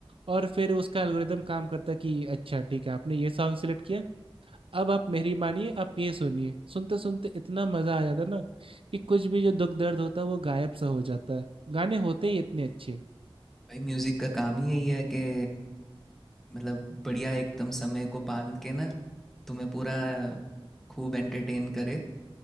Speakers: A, on the right; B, in the centre.
A: और फिर उसका एल्गोरिदम काम करता है कि अच्छा ठीक है आपने ये सॉन्ग सेलेक्ट किया अब आप मेरी मानिए आप ये सुनिए सुनते सुनते इतना मजा आ जाता है ना कि कुछ भी जो दुख दर्द होता है वो गायब सा हो जाता है गाने होते ही इतने अच्छे
B: भाई म्यूज़िक का काम ही यही है कि मतलब बढ़िया एकदम समय को बांध के ना तुम्हें पूरा खूब एंटरटेन करे